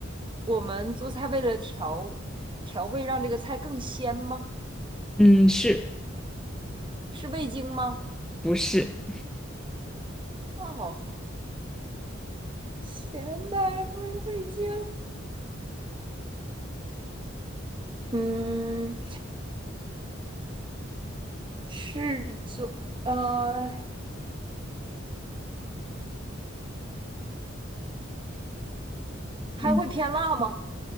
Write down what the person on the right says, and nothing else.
我们做菜为了调调味，让这个菜更鲜吗？
是味精吗？
哦，咸的不是味精。嗯，是做呃，还会偏辣吗？